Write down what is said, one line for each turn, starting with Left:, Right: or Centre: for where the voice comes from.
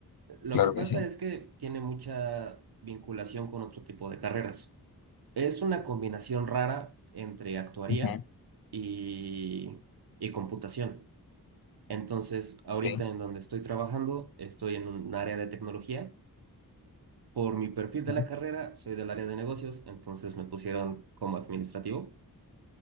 Right: Lo
Left: Claro
Right: que pasa
Left: que sí.
Right: es que tiene mucha vinculación con otro tipo de carreras. Es una combinación rara entre actuaría
Left: Ujú,
Right: y, y computación. Entonces, ahorita
Left: ok,
Right: en donde estoy trabajando, estoy en un área de tecnología. Por mi perfil de
Left: ujú,
Right: la carrera, soy del área de negocios, entonces me pusieron como administrativo.